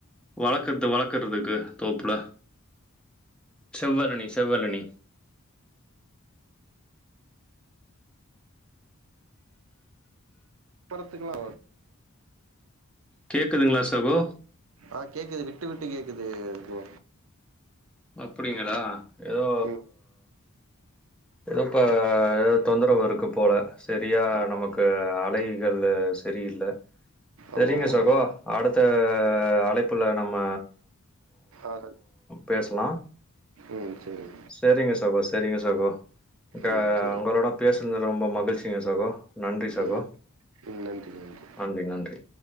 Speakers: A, in the centre; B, on the right.
A: வளக்கர்து வளக்கரதுக்கு தோப்புல செவ்வளனி செவ்வளனி
B: பணத்துக்குலா
A: கேக்குதுங்ளா சகோ
B: ஆ கேக்குது விட்டு விட்டு கேக்குது ஃப்ரோ
A: அப்டிங்களா எதோ
B: ம்
A: எதோ ப தொந்தரவு இருக்கு போல சரியா
B: ஆமா
A: நமக்கு அலைகள் சரியில்ல சரிங்க
B: ஆமா ஆமா
A: சகோ அடுத்த அழைப்புல நம்ம
B: காதல்
A: பேசலா
B: ம் சேரி
A: சரிங்க சகோ சரிங்க சகோ இங்க
B: ம் சேரி
A: உங்களோட பேசுறது ரொம்ப மகிழ்ச்சிங்க சகோ நன்றி சகோ
B: ம் நன்றி நன்றி
A: நன்றி நன்றி